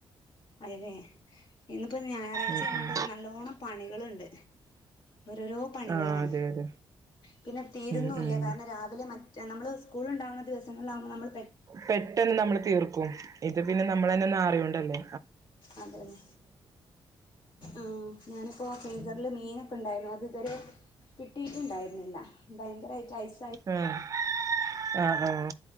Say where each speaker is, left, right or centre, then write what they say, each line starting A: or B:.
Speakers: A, on the left; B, on the right.
A: അയിനെ ഇന്ന് പ്പം ഞയറാഴ്ച്ച
B: ഉം
A: ആയകൊണ്ട്
B: ഉം
A: നല്ലോണം പണികള്ണ്ട് ഓരോരൊ പണികളാണ്
B: ആഹ് അതെ അതെ
A: പിന്നെ തീരുന്നുല്ല
B: ഉം ഉം
A: കാരണം രാവിലെ മറ്റേ നമ്മള് കൂളോണ്ടാവുന്ന ദിവസങ്ങളിലാകുമ്പോ നമ്മള്
B: പെട്ടന്ന് നമ്മള് തീർക്കും ഇത് പിന്നെ നമ്മള് തന്നെ ഒന്ന് ആറികൊണ്ടല്ലേ
A: അതന്നെ ആഹ് ഞാനിപ്പോ ഫ്രീസറില് മീൻ ഒക്കെ ഒണ്ടായിരുന്നു അത് ഇതുവരെ കിട്ടിട്ടിണ്ടായിരുന്നില്ല ഭയങ്കരായിട്ട് ഐസ്
B: ആഹ് ഹാ ഹാ